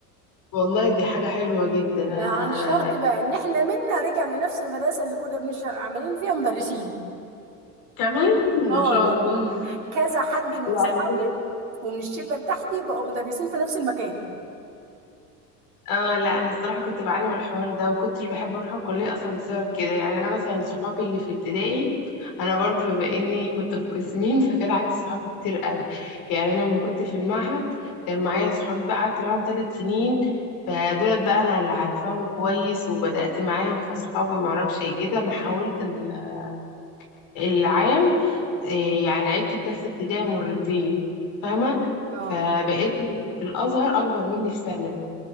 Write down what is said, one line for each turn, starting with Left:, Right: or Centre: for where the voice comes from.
Left: والله دي حاجة حلوة جدا
Right: ده
Left: أنا
Right: عن شرط بقى ان احنا منا رجع لنفس المدرسه اللي كنا بنش- عاملين فيها مدرسين
Left: كمان
Right: اه
Left: ما شاء
Right: والله
Left: الله
Right: كذا حد من
Left: لا
Right: اصحابي ومن الشله بتاعتي بقوا مدرسين في نفس المكان
Left: اه لا انا الصراحه كنت بعاني من الحوار ده وكنتش بحب اروح الكليه اصلا بسبب كده يعني انا مثلا صحابي اللي في ابتدائي انا برضو بما اني كنت في قسمين <laughs> فكان عندي صحابي كتير قوي يعني انا لما كنت في المعهد كان معايا صحابي بقى قعدت معاهم ثلاث سنين فدولت بقى انا اللي عارفاهم كويس وبدات معاهم فصحابي ما اعرفش ايه كده ما حاولت ال- العام إيه يعني عدت الثالثه ابتدائي مرتين فاهمه
Right: اه
Left: فبقيت في الازهر اكبر مني في سنه